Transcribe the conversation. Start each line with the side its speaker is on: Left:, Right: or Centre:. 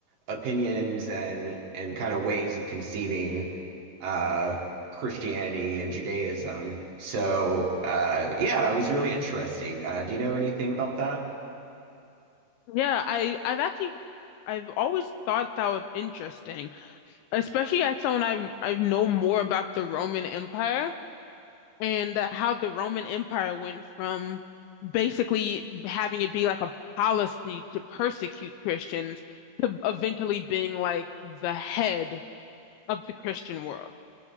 Right: opinions and and kind of ways of conceiving uh Christianity and Judaism. So uh yeah, it was really interesting. Uh, do you know anything about that?
Left: Yeah, I I've actually I've always thought that was interesting, especially as someone I I know more about the Roman Empire and uh, how the Roman Empire went from basically having it be like a policy to persecute Christians to eventually being like the head of the Christian world.